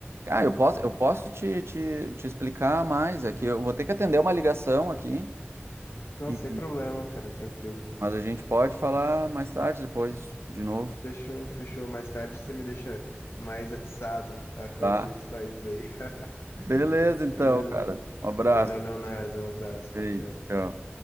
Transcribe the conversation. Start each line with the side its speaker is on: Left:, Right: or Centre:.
Right: Ah, eu posso, eu posso te, te, te explicar mais aqui. Eu vou ter que atender uma ligação aqui,
Left: Não,
Right: e-
Left: sem problema, cara, tranquilo.
Right: mas a gente pode falar mais tarde, depois, de novo.
Left: Fechou, fechou. Mais tarde você me deixa mais atiçado a conhecer
Right: Tá?
Left: esse país aí. <laughs>
Right: Beleza, então,
Left: Beleza?
Right: cara. Um abraço.
Left: Valeu, Leonardo. Um abraço.
Right: Feito.
Left: Tchau, tchau.
Right: Tchau.